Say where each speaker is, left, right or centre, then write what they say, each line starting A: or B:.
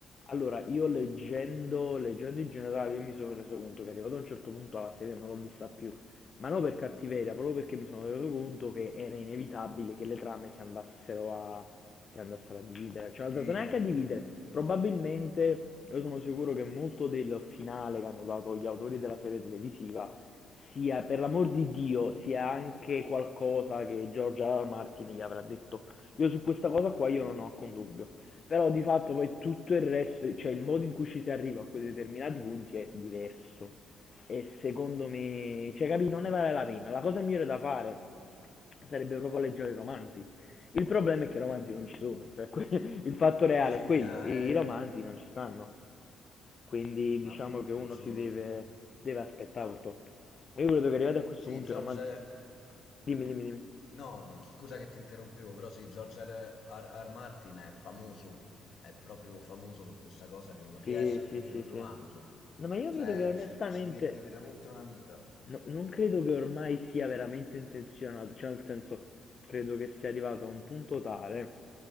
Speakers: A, on the left (about 45°); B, on the left (about 65°).
A: Allora, io leggendo, leggendo in generale, io mi sono reso conto che arrivato a un certo punto la serie non l'ho vista più, ma non per cattiveria, proprio perché mi sono reso conto che era inevitabile che le trame si andassero a, si andassero a dividere, cioè
B: a dividere.
A: non andassero neanche a dividere, probabilmente, io sono sicuro che molto del finale che hanno dato gli autori della serie televisiva sia, per l'amor di Dio, sia anche qualcosa che George R. R. Martin gli avrà detto. Io su questa cosa qua io non ho alcun dubbio. Però di fatto poi tutto il resto, cioè il modo in cui ci si arriva a quei determinati punti è diverso. E secondo me, cioè capì, non ne vale la pena. La cosa migliore da fare sarebbe proprio leggere i romanzi. Il problema è che i romanzi non ci sono, cioè <laughs> que- il fatto reale
B: Sì,
A: è quello,
B: eh,
A: i i romanzi
B: eh,
A: non ci stanno. Quindi diciamo
B: ma
A: che uno
B: penso,
A: si deve, deve aspettare purtroppo. Ma io credo che arrivati a questo
B: sì,
A: punto
B: George.
A: i romanzi... Dimmi, dimmi, dimmi.
B: No, scusa che ti interrompevo, però sì, George R. R. R. Martin è famoso, è proprio famoso per questa cosa che non riesce
A: Sì,
B: a finire
A: sì, sì,
B: un romanzo,
A: sì. No, ma io
B: cioè
A: credo che onestamente...
B: ci, ci mette veramente una vita.
A: No- non credo che ormai sia veramente intenzionato, cioè nel senso, credo che sia arrivato a un punto tale,